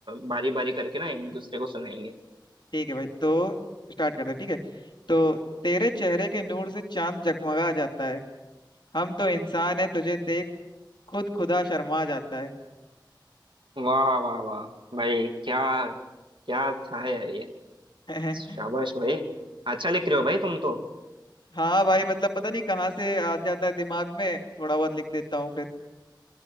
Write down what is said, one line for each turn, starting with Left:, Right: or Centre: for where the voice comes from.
Right: बारी बारी करके ना एक दूसरे को सुनाएंगे
Left: ठीक है भाई तो स्टार्ट करते हैं, ठीक है तो तेरे चेहरे के नूर से चांद जगमगा जाता है हम तो इंसान है तुझे देख खुद खुदा शर्मा जाता है
Right: वाह वाह वाह भाई क्या क्या था यार ये
Left: <laughs>
Right: शाबाश भाई अच्छा लिख रहे हो भाई तुम तो
Left: हाँ भाई मतलब पता नहीं कहाँ से आ जाता है दिमाग में थोड़ा बहुत लिख देता हूँ फिर